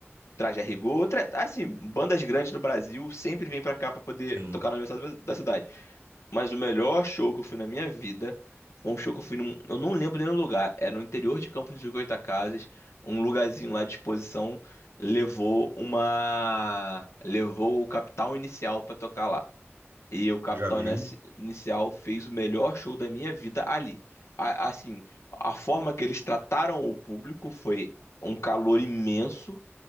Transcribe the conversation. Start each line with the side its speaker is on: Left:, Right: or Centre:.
Left: traz Django, tra... assim, bandas grandes no Brasil sempre vêm pra cá pra poder
Right: Sim,
Left: tocar no aniversário da da cidade. Mas o melhor show que eu fui na minha vida foi um show que eu fui num, eu não lembro nem o lugar, era no interior de Campos de Goytacazes, um lugarzinho lá de exposição, levou uma, levou o Capital Inicial pra tocar lá. E o Capital
Right: já vi.
Left: Inici- Inicial fez o melhor show da minha vida ali. A- assim, a forma que eles trataram o público foi um calor imenso.